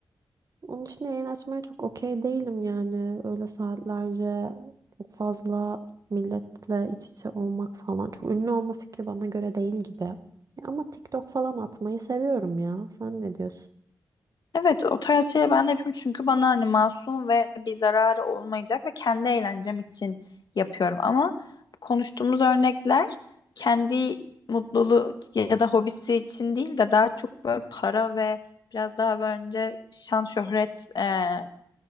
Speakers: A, on the right; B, on the left.
A: Onun için yayın açmaya çok okey değilim yani. Öyle saatlerce çok fazla milletle iç içe olmak falan. Çok ünlü olma fikri bana göre değil gibi. Ya Ama TikTok falan atmayı seviyorum ya. Sen ne diyorsun?
B: Evet o tarz şeyleri ben de yapıyorum çünkü bana hani masum ve bir zararı olmayacak ve kendi eğlencem için yapıyorum ama konuştuğumuz örnekler kendi mutluluğu ya da hobisi için değil de daha çok böyle para ve biraz daha bence şan şöhret eee,